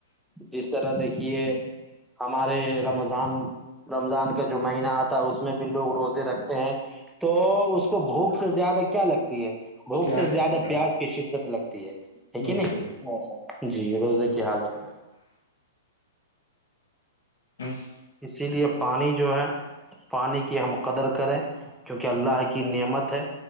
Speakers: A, in the centre; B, on the left.
A: جس طرح دیکھیے ہمارے رمضان رمضان کا جو مہینہ آتا ہے اس میں بھی لوگ روزے رکھتے ہیں تو اس کو بھوک سے زیادہ کیا لگتی ہے بھوک
B: پیاس
A: سے زیادہ
B: لگتی ہے
A: پیاز کی شدت لگتی ہے یک
B: بے
A: نہیں
B: شک
A: جی روزے کی حالت رہ
B: بس
A: اسی لیے پانی جو ہے پانی کی ہم قدر کریں کیونکہ اللہ کی نعمت ہے